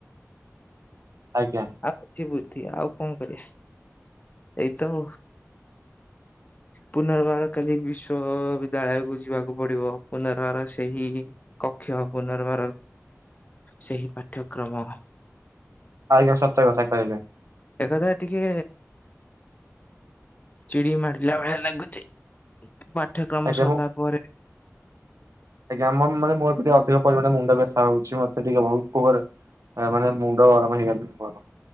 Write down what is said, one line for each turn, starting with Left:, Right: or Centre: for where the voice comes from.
Right: ଆଜ୍ଞା।
Left: ଆଉ କିଛି ବୁଦ୍ଧି ଆଉ କଣ କରିବା ଏଇତ ପୁନର୍ବାର କାଲି ବିଶ୍ଵବିଦ୍ୟାଳୟକୁ ଯିବାକୁ ପଡିବ ପୁନର୍ବାର ସେହି କକ୍ଷ ପୁନର୍ବାର ସେହି ପାଠ୍ୟକ୍ରମ।
Right: ଆଜ୍ଞା ସତ କଥା କହିଲେ।
Left: ଏକ କଥା ଟିକେ ଚିଡି ମାରିଲା ଭଳିଆ ଲାଗୁଛି। ପାଠ୍ୟକ୍ରମ
Right: ଆଜ୍ଞା
Left: ସରିଲା
Right: ମୁଁ
Left: ପରେ ବି
Right: ଆଜ୍ଞା ମୋର ମାନେ ମୋର ଟିକେ ଅଧିକ ପରିମାଣରେ ମୁଣ୍ଡ ବ୍ୟଥା ହଉଛି ମତେ ଟିକେ ବହୁତ <unintelligible> ଆ ମାନେ ମୁଣ୍ଡ ଗରମ ହେଇଗଲେ ପ